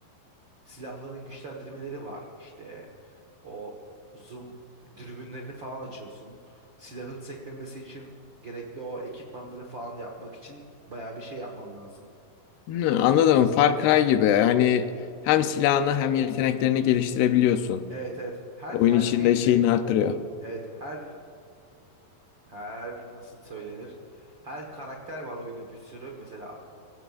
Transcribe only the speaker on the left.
Hmm, anladım. Far Cry gibi. Yani hem silahını hem yeteneklerini geliştirebiliyorsun.
Oyun
içinde
şeyini arttırıyor.